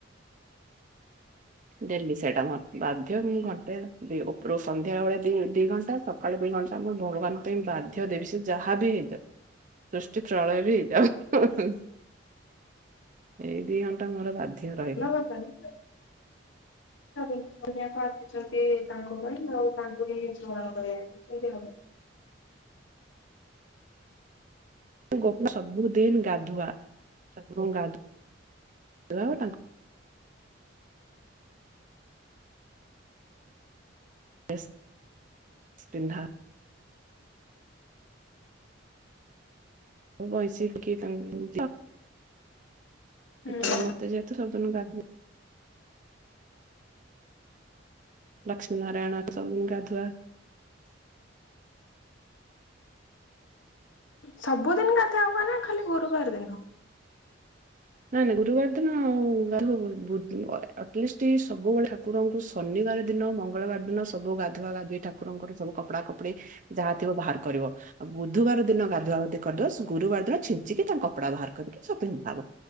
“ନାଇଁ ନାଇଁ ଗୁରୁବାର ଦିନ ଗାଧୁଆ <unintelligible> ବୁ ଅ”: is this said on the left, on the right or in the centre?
Right